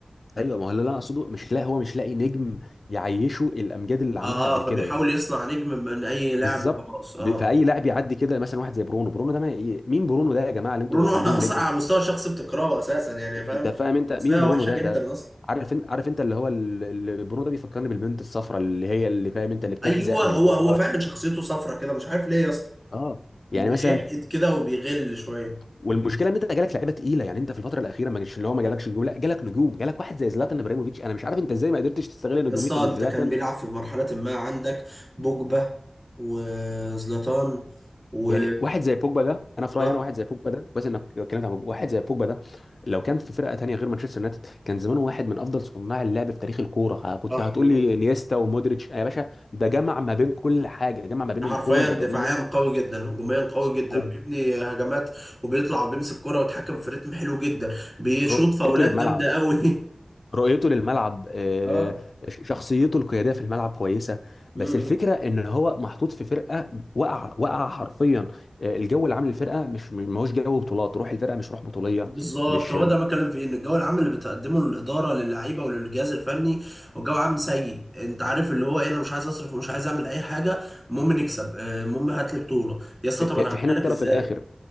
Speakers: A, on the left; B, in the centre.
A: ايوه ما هو اللي انا اقصده مش لاقي هو مش لاقي نجم يعيشه الامجاد اللي
B: اه
A: عملها قبل كده
B: فبيحاول
A: يعني
B: يصنع نجم من اي لاعب
A: بالظبط
B: وخلاص اه
A: ب- فاي لاعب يعدي كده مثلا واحد زي برونو برونو ده ما... مين برونو ده يا جماعه اللي انتم
B: برونو
A: عاملينه
B: <laughs> انا اصلا
A: نجم
B: على مستوى شخص بتكرهه اساسا يعني فاهم
A: انت فاهم انت مين
B: شخصيه
A: برونو
B: وحشه
A: ده
B: جدا
A: ده
B: اصلا
A: عارف انت عارف انت اللي هو ال- اللي برونو ده بيفكرني بالبنت الصفراء اللي هي اللي فاهم انت اللي بتحزق
B: ايوه
A: من
B: هو
A: جوه
B: هو فعلا شخصيته صفرة كده مش عارف ليه يا اسطى
A: اه يعني
B: بيحقد
A: مثلا
B: كده وبيغل شويه
A: والمشكله ان انت جالك لعيبه تقيله يعني انت في الفتره الاخيره ما جالش اللي هو ما جالكش نجوم لا جالك نجوم جالك واحد زي زلاتان ابراهيموفيتش انا مش عارف انت ازاي ما قدرتش تستغل نجوميه
B: يا اسطى
A: زلاتان
B: انت كان بيلعب في مرحله ما عندك بوجبا وزلاتان و
A: يعني واحد زي بوجبا ده انا في
B: اه
A: رايي انا واحد زي بوجبا ده بس انك اتكلمت عن بوجبا، واحد زي بوجبا ده لو كان في فرقه تانيه غير مانشستر يونايتد كان زمانه واحد من افضل صناع اللعب في تاريخ الكوره ها، كنت
B: صح
A: هتقول
B: والله
A: لي انيستا ومودريتش آه، يا باشا ده جمع ما بين كل حاجه جمع ما بين
B: حرفيا
A: القوه البدنيه
B: دفاعيا قوي جدا هجوميا قوي
A: بس
B: جدا
A: الكو
B: بيبني هجمات وبيطلع وبيمسك كرة ويتحكم في رتم حلو جدا بيشوط
A: رؤيته
B: فاولات
A: للملعب
B: جامده قوي
A: رؤيته للملعب آه،
B: <laughs>
A: ش- شخصيته القياديه في الملعب كويسه بس
B: اه
A: الفكره ان هو محطوط في فرقه وقع وقع حرفيا آه، الجو اللي عامل الفرقه مش مش- ما هوش جو بطولات روح الفرقه مش روح بطوليه
B: بالظبط
A: مش
B: هو ده اللي بتكلم فيه ان الجو العام اللي بتقدمه الاداره للعيبه وللجهاز الفني هو جو عام سيء انت عارف اللي هو ايه انا مش عايز اصرف ومش عايز اعمل اي حاجه المهم نكسب آه، المهم هات لي بطوله يا اسطى
A: في
B: طب
A: في-
B: انا هعملها
A: في حين الطرف
B: لك ازاي
A: الاخر